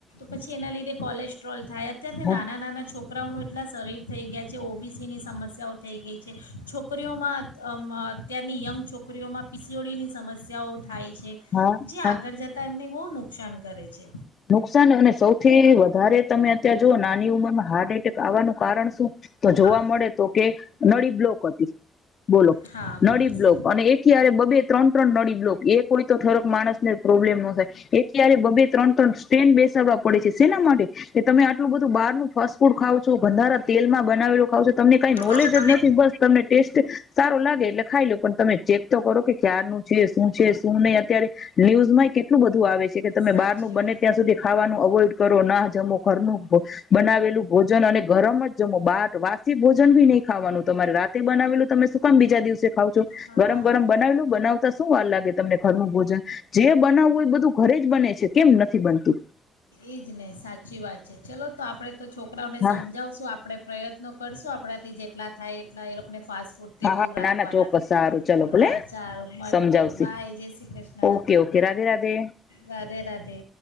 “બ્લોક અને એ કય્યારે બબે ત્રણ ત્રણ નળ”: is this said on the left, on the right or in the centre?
Left